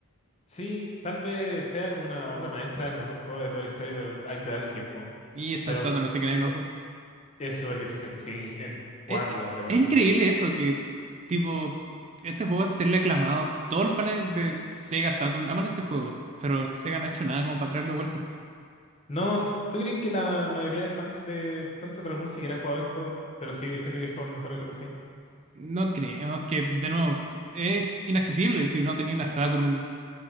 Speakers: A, on the left; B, on the right.
A: sí, tal vez sea como una obra maestra, el mejor juego de toda la historia, pero hay que darle el tiempo.
B: Y está
A: Pero
B: en Saturn, no sé qué nadie lo
A: eh,
B: va a jugar.
A: es súper difícil, sí, en jugarlo
B: Es, es-
A: de por
B: es
A: sí.
B: increíble eso, que tipo, este juego esté aclamado. Todos los fans de Sega Saturn aman este juego, pero Sega no ha hecho nada como para traerlo de vuelta.
A: No, ¿tú crees que la mayoría de fans de Panzer Dragoon siquiera ha jugado esto, pero sigue diciendo que es como el mejor RPG?
B: No creo, que de nuevo, es inaccesible. Si no tenía una Saturn,